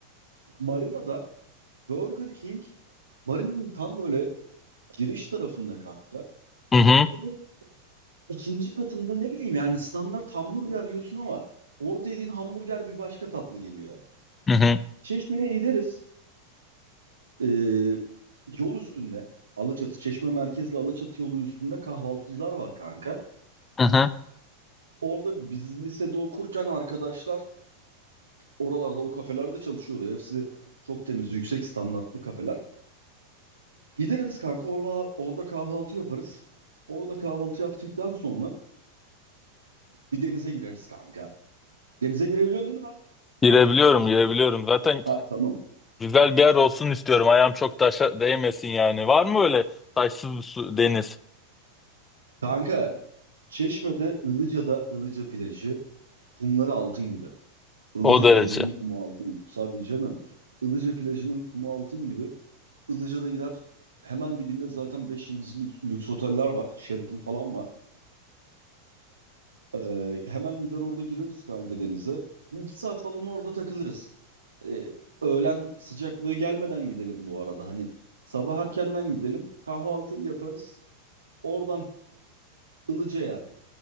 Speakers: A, on the right; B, on the left.
A: Marina'da Burger King, Marina'nın tam böyle giriş tarafında kanka.
B: Hı hı,
A: Bunun ikinci katında ne bileyim yani standart hamburger yiyorsun ama orada yediğin hamburger bir başka tatlı geliyor.
B: hı hı,
A: Çeşme'ye gideriz. Ee, yol üstünde. Alaçatı, Çeşme merkezli Alaçatı yolu üstünde kahvaltıcılar var kanka.
B: hı hı.
A: Orada biz lisede okurken arkadaşlar oralarda o kafelerde çalışıyordu. Hepsi çok temiz, yüksek standartlı kafeler. Gideriz kanka orada, orada kahvaltı yaparız. Orada kahvaltı yaptıktan sonra bir denize gireriz kanka. Denize girebiliyorsun değil mi lan?
B: Girebiliyorum, girebiliyorum. Zaten
A: Ha tamam.
B: güzel bir yer olsun istiyorum. Ayağım çok taşa değmesin yani. Var mı öyle taşsız bir su, deniz?
A: Kanka Çeşme'de Ilıca'da Ilıca plajı kumları altın gibi. Ilıca
B: O derece.
A: plajının kumu altın gibi. Tabii canım. Ilıca plajının kumu altın gibi. Ilıca'da gider hemen dibinde zaten 5 yıldızlı lüks, lüks oteller var. Sheraton falan var. Ee, hemen gider orada gireriz kanka denize. Bir iki saat falan orada takılırız. Ee, öğlen sıcaklığı gelmeden gidelim bu arada. Hani sabah erkenden gidelim. Kahvaltı yaparız. Oradan Ilıca'ya